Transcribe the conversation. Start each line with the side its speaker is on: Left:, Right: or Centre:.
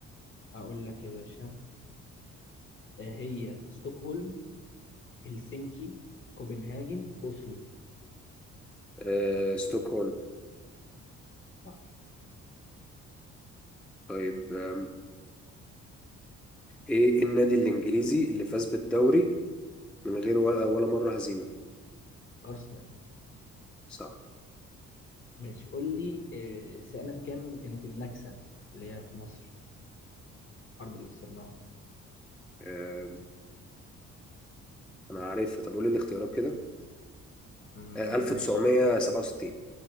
Left: اقول لك يا باشا آه، هي ستوكهولم هلسنكي كوبنهاجن اوسلو
Centre: آه، ستوكهولم
Left: صح
Centre: طيب آم، إيه النادي الإنجليزي اللي فاز بالدوري من غير ولا, ولا مرة هزيمة
Left: ارسنال
Centre: صح
Left: ماشي قول لي آه، سنة كام كانت النكسة اللي هي في مصر الحرب اللي خسرناها
Centre: آم، أنا عارفها طب قول لي الاختيارات كده
Left: مم،
Centre: آه، 1967
Left: ماشي